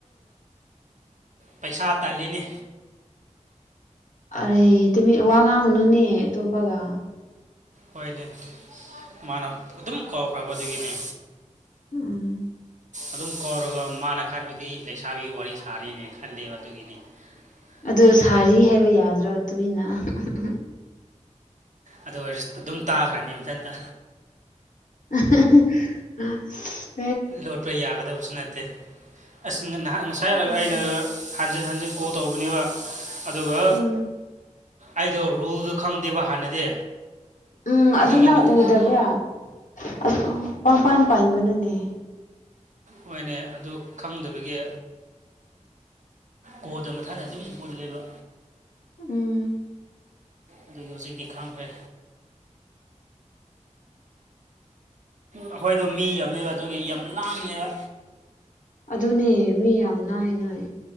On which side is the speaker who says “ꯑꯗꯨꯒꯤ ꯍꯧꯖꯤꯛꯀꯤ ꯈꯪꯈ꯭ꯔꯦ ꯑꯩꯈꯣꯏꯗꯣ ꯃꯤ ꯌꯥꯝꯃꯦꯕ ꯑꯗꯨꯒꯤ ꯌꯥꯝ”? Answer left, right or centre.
Right